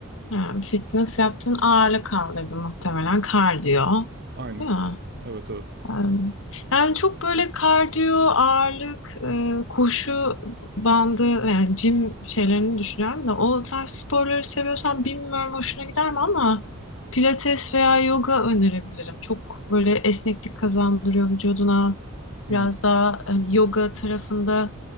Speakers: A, on the left (about 65°); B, on the right (about 50°).
A: Ha, fitness yaptın, ağırlık kaldırdı muhtemelen kardiyo.
B: Aynen.
A: Değil mi?
B: Evet, evet.
A: Em, Yani çok böyle kardiyo, ağırlık, e, koşu bandı yani jim şeylerini düşünüyorum da o tarz sporları seviyorsan bilmiyorum hoşuna gider mi ama pilates veya yoga önerebilirim. Çok böyle esneklik kazandırıyor vücuduna.
B: Hmm.
A: Biraz daha hani yoga tarafında